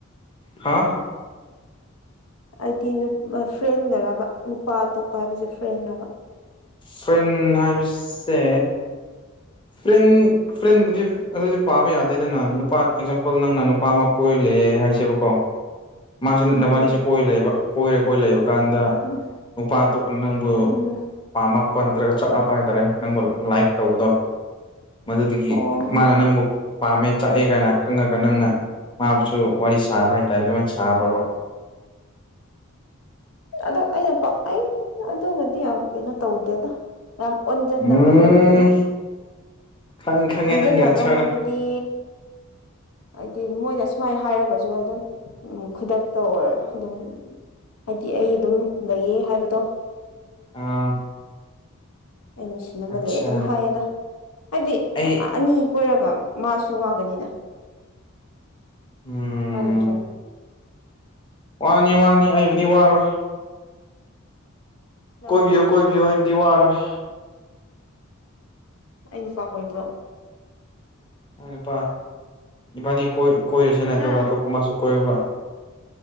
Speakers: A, on the left; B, on the left.
A: ꯍꯥ
B: ꯍꯥꯏꯗꯤ ꯐ꯭ꯔꯦꯟꯒ꯭ꯔꯕ ꯅꯨꯄꯥ ꯑꯇꯣꯞꯄ ꯍꯥꯏꯕꯁꯦ ꯐ꯭ꯔꯦꯟꯕ
A: ꯐ꯭ꯔꯦꯟ ꯍꯥꯏꯕꯁꯦ ꯐ꯭ꯔꯦꯟ ꯐ꯭ꯔꯦꯟꯕꯨꯗꯤ ꯑꯗꯨꯗꯤ ꯄꯥꯕ ꯌꯥꯗꯦꯗꯅ ꯅꯨꯄꯥ ꯑꯦꯛꯖꯥꯝꯄꯜ ꯅꯪꯅ ꯅꯨꯄꯥ ꯑꯃ ꯀꯣꯏ ꯂꯩꯌꯦ ꯍꯥꯏꯁꯦꯕ ꯀꯣ
B: <inaudible>
A: ꯃꯥꯁꯤ ꯅ ꯅꯕꯥꯅꯤꯁꯦ
B: ꯎꯝ
A: ꯀꯣꯏꯔ ꯂꯩꯕ ꯀꯣꯏꯔꯦ ꯀꯣꯏ ꯂꯩꯕ ꯗꯨꯀꯥꯟꯗ
B: ꯎꯝ
A: ꯅꯨꯄꯥ ꯑꯇꯣꯞꯄꯅ ꯅꯪꯕꯨ
B: ꯎꯝ
A: ꯄꯥꯝꯃꯛ ꯑꯄꯥ ꯅꯠꯇ꯭ꯔꯒ ꯆꯥꯛꯉꯛꯄ ꯍꯥꯏꯇꯥꯔꯦ ꯅꯪꯕꯨ ꯂꯥꯏꯛ ꯇꯧꯕꯗꯣ ꯃꯗꯨꯗꯒꯤ
B: ꯑꯣ
A: ꯃꯥꯅ ꯅꯪꯕꯨ ꯄꯥꯝꯃꯦ ꯆꯥꯛꯑꯦ ꯀꯥꯏꯅ ꯈꯪꯉꯒ ꯅꯪꯅ ꯃꯥꯕꯨꯁꯨ ꯋꯥꯔꯤ ꯁꯥꯕ ꯍꯥꯏꯇꯥꯔꯦ ꯑꯗꯨꯃꯥꯏꯅ ꯁꯥꯕ꯭ꯔꯕ
B: ꯑꯗꯣ ꯑꯩꯅ ꯑꯩ ꯑꯗꯨꯒꯕꯨꯗꯤ ꯌꯥꯝ ꯀꯩꯅꯣ ꯇꯧꯗꯦꯗ ꯌꯥꯝ ꯑꯣꯟꯖꯤꯟꯅꯕꯗꯤ
A: ꯎꯝ
B: ꯑꯣꯏꯗꯦꯗ
A: ꯈꯪꯉꯦ ꯈꯪꯉꯦ
B: ꯑꯣꯟꯖꯤꯟꯅꯕ
A: ꯅꯪꯒꯤ ꯑꯟꯁꯔꯗꯣ
B: ꯍꯥꯏꯕꯗꯤ ꯍꯥꯏꯗꯤ ꯃꯣꯏꯅ ꯁꯨꯃꯥꯏꯅ ꯍꯥꯏꯔꯒꯁꯨ ꯑꯗꯨꯝ ꯈꯨꯗꯛꯇ ꯑꯣꯏꯔ ꯑꯗꯨꯝ ꯍꯥꯏꯗꯤ ꯑꯩ ꯑꯗꯨꯝ ꯂꯩꯌꯦ ꯍꯥꯏꯕꯗꯣ
A: ꯑꯥ
B: ꯑꯩ ꯅꯨꯡꯁꯤꯅꯕ
A: ꯑꯠꯆꯥ
B: ꯂꯩ ꯑꯗꯨꯝ ꯍꯥꯏꯌꯦꯗ ꯍꯥꯏꯗꯤ
A: ꯑꯩ
B: ꯑꯅꯤ ꯀꯣꯏꯔꯒ ꯃꯥꯁꯨ ꯋꯥꯒꯅꯤꯅ
A: ꯎꯝ
B: ꯋꯥꯔꯣꯏꯗ꯭ꯔꯣ
A: ꯋꯥꯅꯤ ꯋꯥꯅꯤ ꯑꯩꯕꯨꯗꯤ ꯋꯥꯔꯣꯏ
B: ꯅꯪꯗꯤ
A: ꯀꯣꯏꯕꯤꯌꯣ
B: ꯀꯔꯤ
A: ꯀꯣꯏꯕꯤꯌꯣ ꯑꯩꯕꯨꯗꯤ ꯋꯥꯔꯣꯏ
B: ꯑꯩ ꯅꯨꯄꯥ ꯀꯣꯏꯕ꯭ꯔꯣ
A: ꯑꯩ ꯅꯨꯄꯥ ꯏꯕꯥꯅꯤ ꯀꯣꯏꯔꯁꯤꯅ ꯑꯗꯨꯒ
B: ꯍꯥ
A: ꯑꯇꯣꯞꯄ ꯃꯥꯁꯨ ꯀꯣꯏꯕ